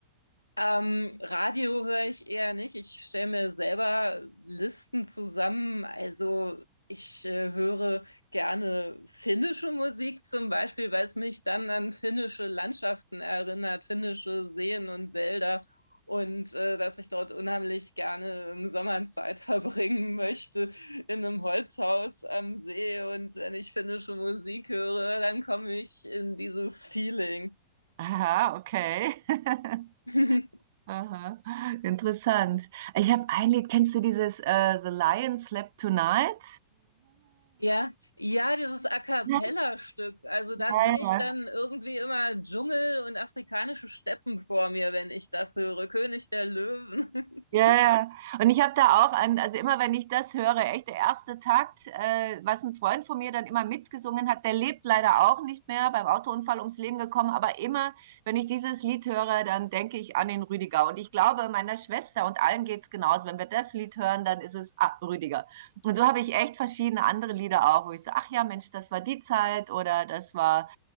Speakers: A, on the left; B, on the right.
A: Ähm, Radio höre ich eher nicht. Ich stelle mir selber Listen zusammen. Also ich äh, höre gerne finnische Musik zum Beispiel, weil es mich dann an finnische Landschaften erinnert, finnische Seen und Wälder und äh, dass ich dort unheimlich gerne im Sommer Zeit <laughs> verbringen möchte in einem Holzhaus am See. Und wenn ich finnische Musik höre, dann komme ich in dieses Feeling.
B: Aha, okay. <laughs>
A: <laughs>
B: Aha, interessant. Ich habe ein Lied, kennst du dieses äh, The Lion Slept Tonight?
A: Ja, ja, dieses A cappella-Stück.
B: Ja, ja.
A: Also da
B: ja.
A: sehe ich dann irgendwie immer Dschungel und afrikanische Steppen vor mir, wenn ich das höre. König der Löwen. <laughs>
B: Ja, ja. Und ich habe da auch an, also immer wenn ich das höre, echt der erste Takt, äh, was ein Freund von mir dann immer mitgesungen hat, der lebt leider auch nicht mehr, beim Autounfall ums Leben gekommen, aber immer, wenn ich dieses Lied höre, dann denke ich an den Rüdiger. Und ich glaube, meiner Schwester und allen geht's genauso. Wenn wir das Lied hören, dann ist es ah, Rüdiger. Und so habe ich echt verschiedene andere Lieder auch, wo ich so, ach ja, Mensch, das war die Zeit oder das war